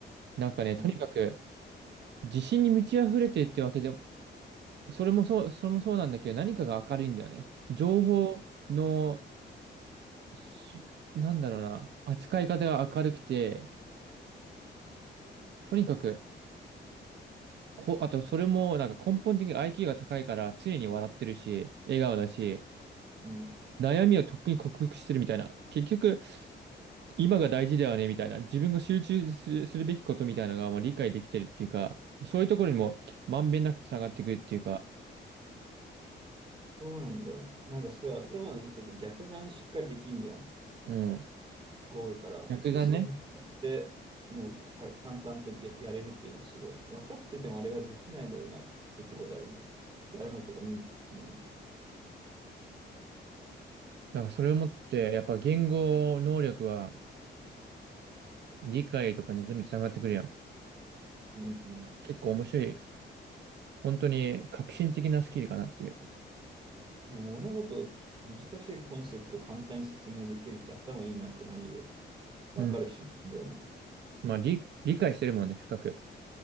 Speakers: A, on the right; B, on the right.
A: なんかね、
B: うん
A: とにかく自信に満ち溢れてるってわけでも、それもそう、それもそうなんだけど、何かが明るいんだよね。情報の
B: うん。
A: しなんだろうな、扱い方が明るくて、とにかく、こ、あとそれもなんか根本的に IQ が高いから常に笑ってるし、笑顔だし、
B: うん
A: 悩みをとっくに克服してるみたいな。結局、今が大事だよねみたいな。自分が集中する、するべきことみたいなのがもう理解できてるっていうか、そういうところにもまんべんなくつながってくるっていうか、
B: そうなんだよね。なんかそういう頭のいい人って逆算しっかりできんじゃん。
A: うん。
B: ゴールから。
A: 逆だね。
B: で、それでもうた淡々とや、やれるっていうのがすごいね。分かっててもあれはできないだろうな。結構誰も。誰もっていうか、み、うん。
A: だからそれをもって、やっぱ言語能力は理解とかに全部つながってくるやん。
B: うんうん。
A: 結構面白い本当に革新的なスキルかなっていう。
B: でも物事、難しいコンセプトを簡単に説明できるって頭いいなってマジで分かる瞬間だよね。
A: うん。まあ、理、理解してるもんね、深く。